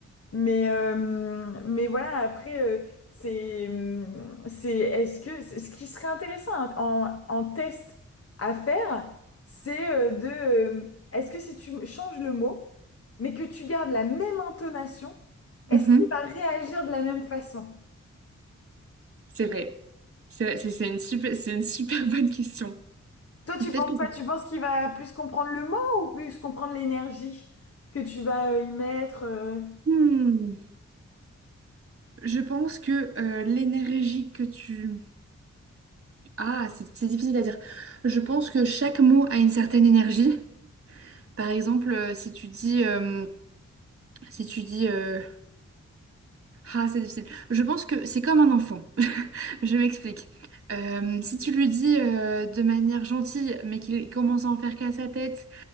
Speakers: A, on the left (about 50°); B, on the right (about 50°).
A: Mais, euh, mais voilà, après, euh, c'est, hum, c'est, est-ce que, ce qui serait intéressant en, en, en test à faire, c'est euh, de, euh, est-ce que si tu changes le mot, mais que tu gardes la même intonation,
B: Mhm.
A: est-ce qu'il va réagir de la même façon?
B: C'est vrai. C'est c'est c'est une super, c'est une super bonne question.
A: Toi, tu
B: Peut-être
A: penses
B: que
A: quoi?
B: ça-
A: Tu penses qu'il va plus comprendre le mot ou plus comprendre l'énergie que tu vas euh, y mettre? euh
B: Hmm. Je pense que euh, l'énergie que tu... Ah, c'est c'est difficile à dire. Je pense que chaque mot a une certaine énergie. Par exemple, euh, si tu dis, euh, si tu dis euh, Ah, c'est difficile. Je pense que c'est comme un enfant. <laughs> Je m'explique. Euh, si tu lui dis euh, de manière gentille, mais qu'il commence à en faire qu'à sa tête,